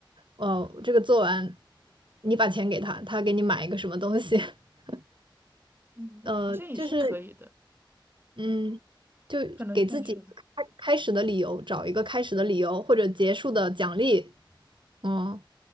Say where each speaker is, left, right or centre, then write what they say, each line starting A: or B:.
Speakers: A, on the right; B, on the right.
A: 哦，这个做完，你把钱给他，他给你买一个什么东西，<laughs>
B: 嗯。
A: 呃，
B: 好像也是可以的。
A: 就是嗯，就给自己开开始的理由，
B: 可能就像你说的。
A: 找一个开始的理由或者结束的奖励，嗯，